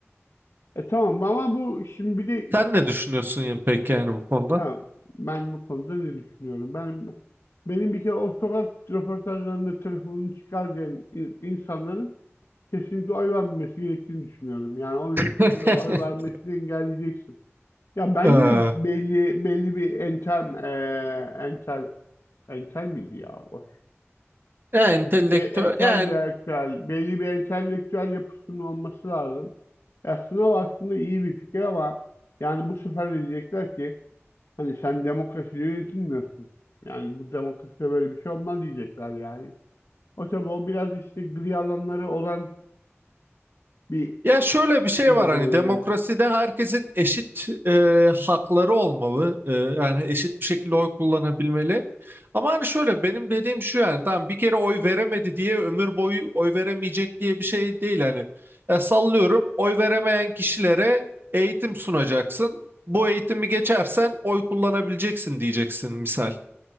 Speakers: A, on the left; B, on the right.
A: E tamam ama bu şimdi bir de
B: Sen ne düşünüyorsun ya peki yani bu konuda?
A: Ha, ben bu konuda ne düşünüyorum? Ben benim bir kere o sokak röportajlarında telefonunu çıkar diyen in- insanların kesinlikle oy vermemesi gerektiğini düşünüyorum. Yani onu bir şekilde
B: <laughs>
A: oy vermesini engelleyeceksin. Ya bence
B: Ee,
A: de belli belli bir entel eee entel entel miydi ya? O,
B: ya entelektüel,
A: be, entelektüel,
B: ya
A: belli bir entelektüel yapısının olması lazım. Aslında o aslında iyi bir fikir ama yani bu sefer de diyecekler ki Hani sen demokrasi yönetilmiyorsun. Yani bu demokraside böyle bir şey olmaz diyecekler yani. O tabii o biraz işte gri alanları olan bir
B: Ya şöyle bir şey
A: şeye
B: var hani
A: benziyor.
B: demokraside herkesin eşit e, hakları olmalı. E, yani eşit bir şekilde oy kullanabilmeli. Ama hani şöyle benim dediğim şu yani tamam bir kere oy veremedi diye ömür boyu oy veremeyecek diye bir şey değil hani. Ya sallıyorum oy veremeyen kişilere eğitim sunacaksın. Bu eğitimi geçersen oy kullanabileceksin diyeceksin misal.